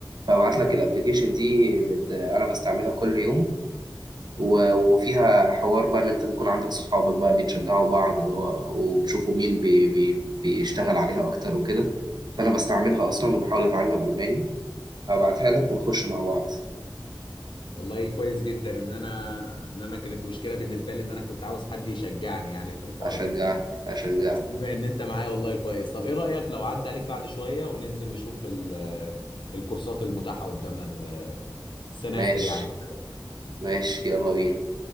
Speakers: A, on the right; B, on the left.
A: فابعت لك الابلكيشن دي بت... انا بستعملها كل يوم و... وفيها حوار بقى ان انت تكون عندك صحابك بقى بيتشجعوا بعض اللي هو وبتشوفوا مين بي... بي... بيشتغل عليها اكتر وكده فانا بستعملها اصلا وبحاول اتعلم الماني هبعتها لك ونخش
B: م.
A: مع بعض
B: والله كويس جدا ان انا ان انا كانت مشكله بالنسبه لي ان انا كنت عاوز حد يشجعني يعني في الحوار
A: أشجعك
B: ده
A: أشجعك
B: بس بما ان انت معايا والله كويس طب ايه رأيك لو عدى عليك بعد شوية وننزل نشوف ال- الكورسات المتاحة قدامنا ال- السناتر
A: ماشي
B: يعني وكده
A: ماشي يلا بينا